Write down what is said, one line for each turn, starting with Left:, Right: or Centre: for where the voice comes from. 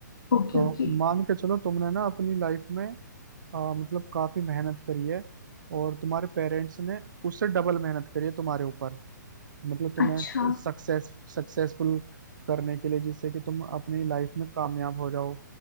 Left: okay
Right: तो
Left: okay
Right: मान के चलो तुमने ना अपनी लाइफ में आ, मतलब काफी मेहनत करी है और तुम्हारे पेरेंट्स ने उससे डबल मेहनत करी है तुम्हारे ऊपर मतलब तुम्हें
Left: अच्छा
Right: सक्सेस सक्सेसफुल करने के लिए जिससे कि तुम अपनी लाइफ में कामयाब हो जाओ